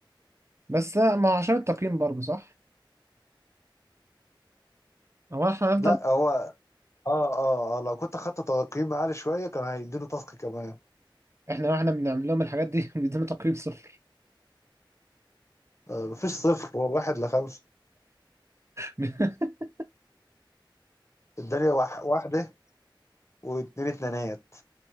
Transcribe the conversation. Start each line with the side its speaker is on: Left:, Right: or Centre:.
Right: بس لا، ما هو عشان التقييم برضه صح هو احنا هنفضل
Left: لا هو اه اه اه لو كنت اخدت تقييم عالي شويه كان هيديله تاسك كمان
Right: احنا واحنا بنعمل لهم الحاجات دي <laughs> بيدونا تقييم صفر
Left: آه مفيش صفر هو واحد لخمسه
Right: <laughs>
Left: اداني واح- واحده واتنين اتنينات